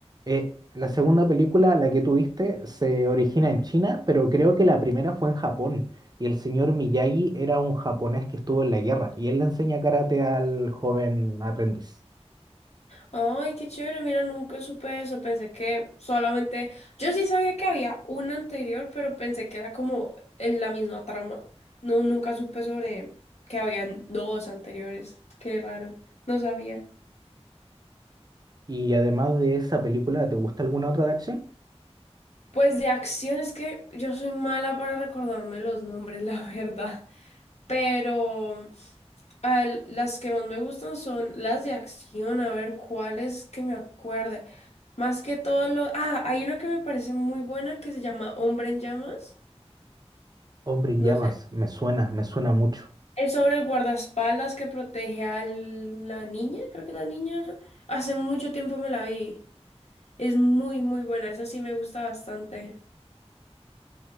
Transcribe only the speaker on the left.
Ay, qué chévere, mira, nunca supe eso, pensé que solamente, yo sí sabía que había una anterior, pero pensé que era como en la misma trama. No, nunca supe sobre que habían dos anteriores, qué raro, no sabía.
Pues de acción es que yo soy mala para recordarme los nombres, <laughs> la verdad. Pero al- las que más me gustan son las de acción, a ver cuáles que me acuerde. Más que todo lo... Ah, hay una que me parece muy buena que se llama Hombre en Llamas.
No
sé.
Es sobre el guardaespaldas que protege a la niña, creo que la niña. Hace mucho tiempo me la vi. Es muy, muy buena. Esa sí me gusta bastante.